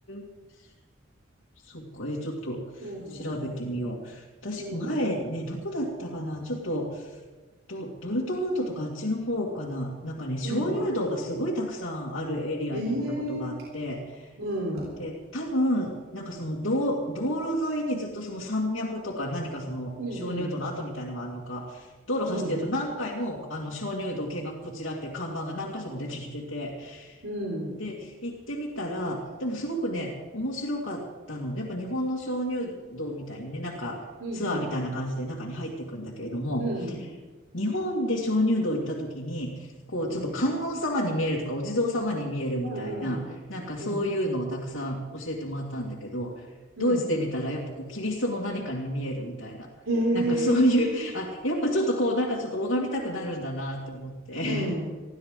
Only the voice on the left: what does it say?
ええそっか。え、ちょっと調べてみよう。
私、
前ね、どこだったかな。ちょっと、ド、ドルトムントとかあっちの方かな。なんかね、鍾乳洞がすごいたくさんあるエリアに行ったことがあって、
で、多分、なんかその道、道路沿いにずっとその山脈とか何かその鍾乳洞の跡みたいのがあるのか、
道路走ってると何回もあの鍾乳洞見学こちらって看板が何箇所も出てきてて、
で、行ってみたら、でもすごくね、面白かったの。やっぱ日本の鍾乳洞みたいにね、なんかツアーみたいな感じで中に入っていくんだけれども、
日本で鍾乳洞行った時に、こう、
ちょっと観音様に見えるとか、お地蔵様に見えるみたいな、
なんかそういうのをたくさん教えてもらったんだけど、
ドイツで見たらやっぱこう、キリストの何かに見えるみたいな。
なんかそういう、
あ、やっぱちょっとこう、なんかちょっと拝みたくなるんだなって思って。